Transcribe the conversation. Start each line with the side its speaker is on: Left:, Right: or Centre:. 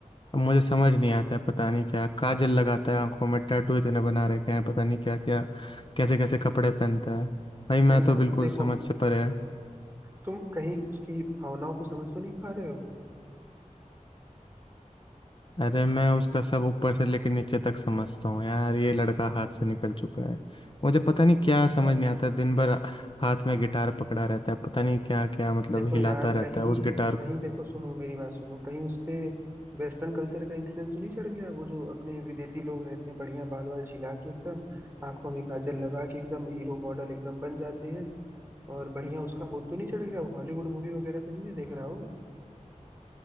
Left: अब मुझे समझ नहीं आता है पता नहीं क्या काजल लगाता है आंखों में टैटू इतने बना रखे हैं पता नहीं क्या क्या कैसे कैसे कपड़े पहनता है भाई मैं
Right: नहीं
Left: तो
Right: यार
Left: बिल्कुल
Right: देखो
Left: समझ से परे है
Right: तुम कहीं उसकी भावनाओं को समझ तो नहीं पा रहे हो
Left: अरे मैं उसका सब ऊपर से लेकर नीचे तक समझता हूँ यार ये लड़का हाथ से निकल चुका है मुझे पता नहीं क्या समझ नहीं आता है दिन भर हाथ में गिटार पकड़ा रहता है पता नहीं क्या क्या मतलब
Right: देखो
Left: हिलाता
Right: यार
Left: रहता
Right: कहीं
Left: है उस गिटार को
Right: कहीं देखो सुनो मेरी बात सुनो कहीं उस पे वेस्टर्न कल्चर का इन्फ्लुएंस तो नहीं चढ़ गया वो जो अपने विदेशी लोग रहते हैं बढ़िया बाल वाल छिला के एकदम आंखों में काजल लगा के एकदम हीरो मॉडल एकदम बन जाते हैं और बढ़िया उसका भूत तो नहीं चढ़ गया हॉलीवुड मूवी वगैरह तो नहीं ना देख रहा हो